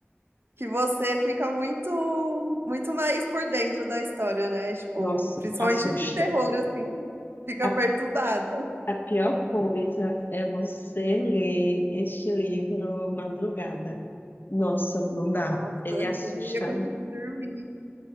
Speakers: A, on the right; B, on the left.
A: que você fica muito muito mais por dentro da história, né? Tipo,
B: nossa,
A: principalmente
B: assusta.
A: de terror, assim, fica
B: A,
A: perturbada.
B: a pior coisa é você ler este livro madrugada. Nossa, não dá.
A: Nossa,
B: Ele assusta
A: eu não ia conseguir dormir.